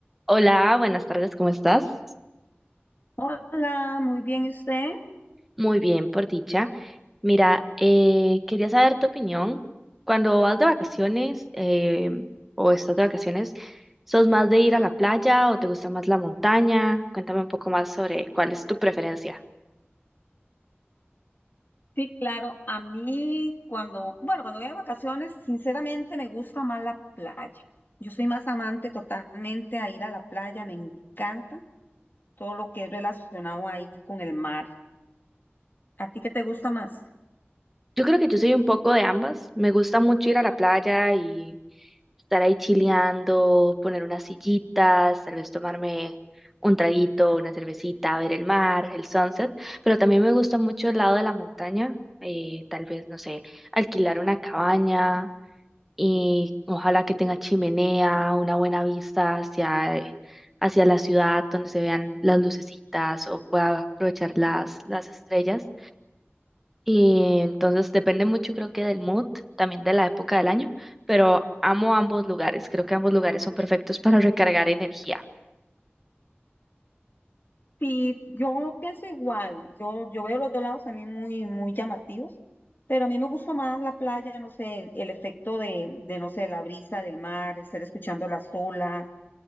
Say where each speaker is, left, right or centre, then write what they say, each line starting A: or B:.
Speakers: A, in the centre; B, on the left (about 50°).
A: Hola, buenas tardes, ¿cómo estás?
B: Hola, muy bien, ¿y usted?
A: Muy bien, por dicha. Mira, eh, quería saber tu opinión. Cuando vas de vacaciones eh, o estás de vacaciones, ¿sos más de ir a la playa o te gusta más la montaña? Cuéntame un poco más sobre cuál es tu preferencia.
B: Sí, claro, a mí cuando, bueno, cuando voy a vacaciones, sinceramente me gusta más la playa. Yo soy más amante totalmente a ir a la playa, me encanta todo lo que es relacionado ahí con el mar. ¿A ti qué te gusta más?
A: Yo creo que yo soy un poco de ambas. Me gusta mucho ir a la playa y estar ahí chileando, poner unas sillitas, tal vez tomarme un traguito, una cervecita, ver el mar, el sunset, pero también me gusta mucho el lado de la montaña, eh, tal vez, no sé, alquilar una cabaña y ojalá que tenga chimenea, una buena vista hacia, hacia la ciudad donde se vean las lucecitas o pueda aprovechar las, las estrellas. Y entonces depende mucho, creo que del mood, también de la época del año, pero amo ambos lugares. Creo que ambos lugares son perfectos para recargar energía.
B: Sí, yo pienso igual, yo, yo veo los dos lados también muy, muy llamativos, pero a mí me gusta más la playa, no sé, el, el efecto de, de, no sé, la brisa del mar, estar escuchando las olas.